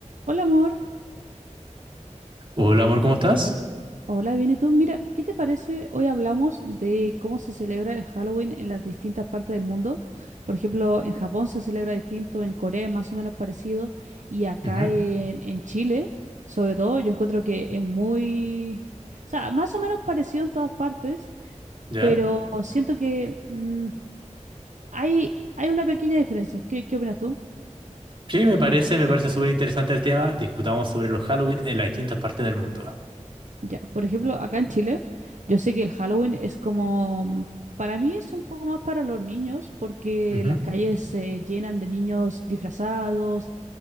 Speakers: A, on the right; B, on the right.
A: Hola amor,
B: Hola amor, ¿cómo estás?
A: hola, bien, ¿y tú? Mira, ¿qué te parece? Hoy hablamos de cómo se celebra el Halloween en las distintas partes del mundo. Por ejemplo, en Japón se celebra distinto, en Corea es más o menos parecido, y acá
B: Ujú,
A: en, en Chile, sobre todo, yo encuentro que es muy... O sea, más o menos parecido en todas partes,
B: ¿Ya?
A: pero siento que mm, hay, hay una pequeña diferencia. ¿Qué, qué opinas tú?
B: Sí, me parece, me parece súper interesante el tema. Discutamos sobre los Halloween en las distintas partes del mundo.
A: Ya, por ejemplo, acá en Chile, yo sé que el Halloween es como, mm, para mí es un poco más para los niños, porque
B: Ujú,
A: las calles se llenan de niños disfrazados,